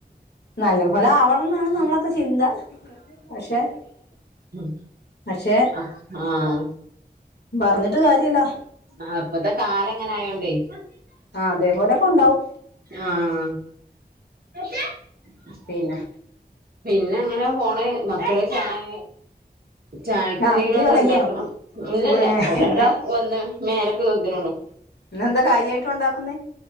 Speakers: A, on the left; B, on the right.
A: നല്ല പോലെ ആവണന്നാണ് നമ്മളൊക്കെ ചിന്താ പക്ഷെ
B: ഉം
A: പക്ഷെ
B: അ ആഹ്.
A: പറഞ്ഞിട്ട് കാര്യല്ലാ.
B: ആഹ് പ്പത്തെ കാലഅങ്ങനെ ആയോണ്ടേയ്
A: ആഹ് അതേ പോലെക്കണ്ടാവും.
B: ആഹ്. <unintelligible>
A: പിന്നെ?
B: പിന്നെങ്ങനെ പോണ് മക്കള് ചായ ചായക്കൊന്തെങ്കിലും
A: ആ കുടി
B: ഒന്നും
A: തുടങ്ങിയോ
B: ഉണ്ടാക്കണം ഇല്ലല്ല
A: കു
B: ഒരാടയാ
A: എന്താ
B: ഒന്ന് മേലൊക്ക കഴുക്ന്നുള്ളു
A: ഇന്നെന്താ കാര്യായിട്ട് ഒണ്ടാക്കുന്നേ